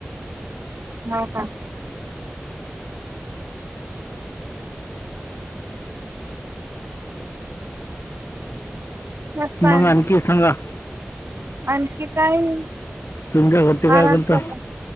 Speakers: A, on the right; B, on the left.
A: हा का मस्त
B: मंग
A: आहे ना.
B: आणखी सांगा?
A: आणखी काय नाही.
B: तुमच्या घरचे काय
A: आराम
B: करता
A: चाला